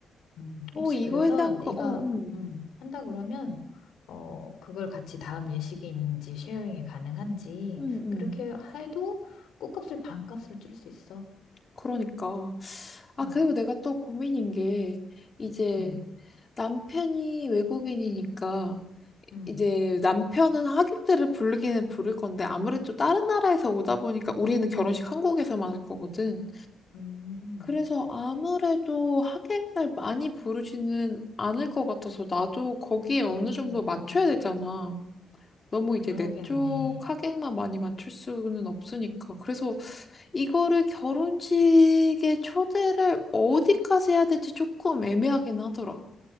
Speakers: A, on the left; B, on the left.
A: 음,
B: 어,
A: 혹시
B: 이거에
A: 그래서
B: 대한 거,
A: 네가
B: 어, 응,
A: 음, 한다 그러면 어, 그걸 같이 다음 예식이 있는지 쉐어링이 가능한지
B: 응, 응.
A: 그렇게 해도 꽃값을 반값으로 줄일 수 있어.
B: 그러니까. 아,
A: 음,
B: 그리고 내가 또 고민인 게, 이제
A: 음,
B: 남편이 외국인이니까,
A: 음,
B: 이제 남편은 하객들을 부르기는 부를 건데, 아무래도 다른 나라에서 오다 보니까 우리는 결혼식 한국에서만 할 거거든.
A: 음,
B: 그래서 아무래도 하객을 많이 부르지는 않을 것 같아서, 나도 거기에 어느 정도
A: 음.
B: 맞춰야 되잖아. 너무
A: 그러겠네.
B: 이제 내 쪽 하객만 많이 맞출 수는 없으니까. 그래서 이거를 결혼식에 초대를 어디까지 해야 될지 조금 애매하긴 하더라.